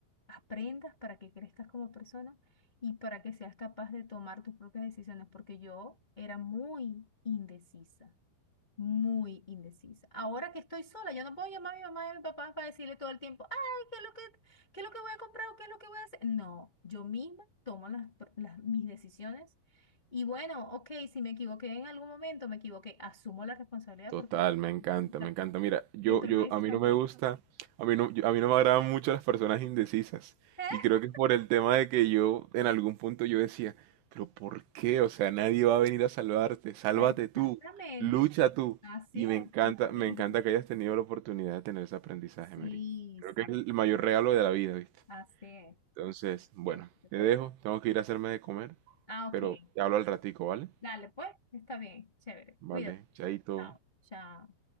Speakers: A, on the left (about 75°); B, on the right (about 80°).
A: aprendas, para que crezcas como persona y para que seas capaz de tomar tus propias decisiones, porque yo era muy indecisa muy indecisa. Ahora que estoy sola, yo no puedo llamar a mi mamá y a mi papá para decirle todo el tiempo, ay, ¿qué es lo que, qué es lo que voy a comprar o qué es lo que voy a hacer? No, yo misma tomo las, pr- las- mis decisiones y bueno, ok, si me equivoqué en algún momento, me equivoqué, asumo la responsabilidad
B: Total,
A: porque
B: me encanta,
A: <laughs>
B: me encanta. Mira, yo,
A: quien tomó
B: yo,
A: la decisión
B: a mí no me
A: fue
B: gusta,
A: yo.
B: a mí no, yo- a mí no me agradan mucho las personas indecisas.
A: <laughs>
B: Y creo que es por el tema de que yo, en algún punto yo decía, pero ¿por qué? O sea, nadie va a venir a salvarte, sálvate
A: Exactamente.
B: tú, lucha tú.
A: Así
B: Y
A: es.
B: me encanta,
A: uno mismo.
B: me encanta que hayas tenido la oportunidad de tener ese aprendizaje,
A: Sí,
B: Mary. Creo
A: sí,
B: que es el mayor
A: sí.
B: regalo de la vida, ¿viste?
A: Así es.
B: Entonces, bueno,
A: sí, se
B: te
A: puede
B: dejo,
A: decir.
B: tengo que ir a hacerme de comer,
A: Ah, ok.
B: pero te hablo al ratico, ¿vale?
A: Dale, pues, está bien, chévere. Cuídate.
B: Vale, chaito.
A: Chao, chao.